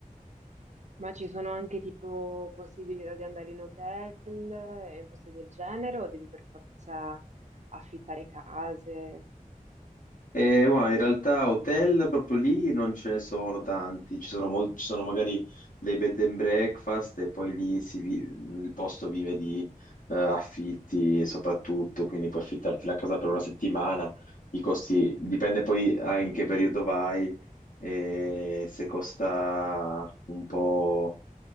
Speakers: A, on the right (about 55°); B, on the left (about 65°).
A: Ma ci sono anche tipo possibilità di andare in hotel e in posti del genere o devi per forza affittare case?
B: Eh, guarda, in realtà hotel proprio lì non ce ne sono tanti, ci sono, mol- ci sono magari dei bed and breakfast e poi lì si vi- il posto vive di eh, affitti soprattutto, quindi puoi affittarti la casa per una settimana, i costi dipende poi a in che periodo vai, e se costa un po'